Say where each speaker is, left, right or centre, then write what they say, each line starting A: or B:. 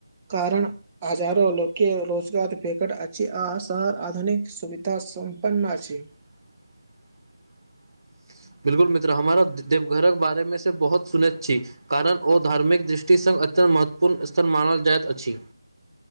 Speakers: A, on the right; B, on the right.
A: कारण हजारो लोकके रोजगार भटेत अछि आ शहर आधुनिक सुविधा सम्पन छै
B: <unintelligible> बिल्कुल मित्र हमारा देवघरक बारेमे से बहुत सुनैत छी कारण ओ धार्मिक दृष्टिसँ अत्यत महत्वपूर्ण स्थल मानल जाइत अछि